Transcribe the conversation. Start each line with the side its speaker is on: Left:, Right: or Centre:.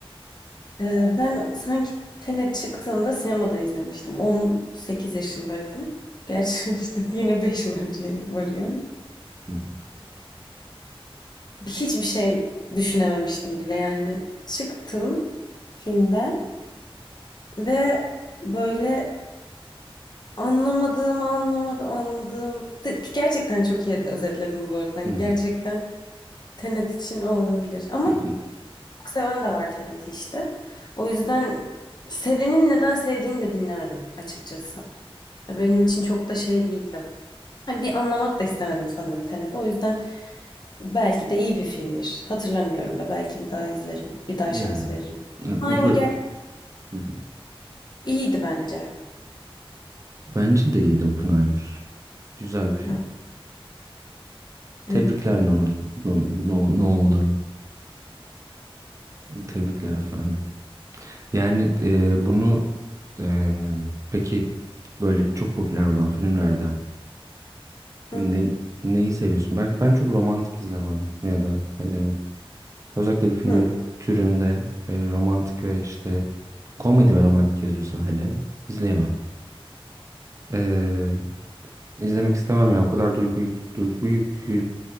Left: Ee, ben sanki Tenet çıktığında sinemada izlemiştim. 18 yaşındaydım. Gerçi <laughs> işte yine 5 yıl önceye varıyor.
Right: Hı hı.
Left: hiçbir şey düşünememiştim bile yani. Çıktım filmden ve böyle anlamadığım anlamadım anladığım De- gerçekten çok iyi özetledim bu arada. Hani
Right: Hı hı.
Left: gerçekten Tenet için o olabilir. Ama
Right: <laughs>
Left: çok seven de var Tenet'i işte. O yüzden sevenin neden sevdiğini de dinlemedim açıkçası. Ya Benim için çok da şey değildi. Hani bir anlamak da istemedim sanırım Tenet'i. O yüzden belki de iyi bir filmdir. Hatırlamıyorum da belki bir daha izlerim. Bir daha
Right: Yani
Left: şans veririm.
Right: e,
Left: Primer
Right: bu, bu
Left: gel
Right: Hı hı.
Left: iyiydi bence.
Right: bence
Left: dedi
Right: de iyiydi Oppenheimer. Güzel bir film.
Left: Evet. Ee,
Right: Tebrikler Nolan. No, no, Nolan. Tebrikler efendim. Yani e, bunu e, peki böyle çok popüler olan filmlerden
Left: hı
Right: Ne,
Left: hı.
Right: neyi seviyorsun? Ben ben çok romantik izlemem ya da e, özellikle bir filmin
Left: Hı.
Right: türünde e, romantik ve işte komedi ve romantik yazıyorsa hele izleyemem. E, izlemek istemem ya. O kadar duygu yük- duygu yükü,